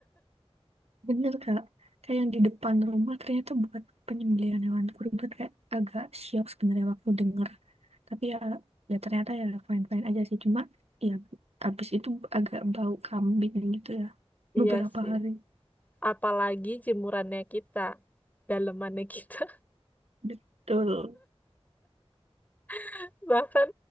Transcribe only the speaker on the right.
bener kak kayak yang di depan rumah ternyata buat penyembelihan hewan kurban kayak agak syok sebenarnya waktu denger tapi ya ya ternyata ya fine fine aja sih cuma ya abis itu agak bau kambing gitu ya
beberapa
hari
betul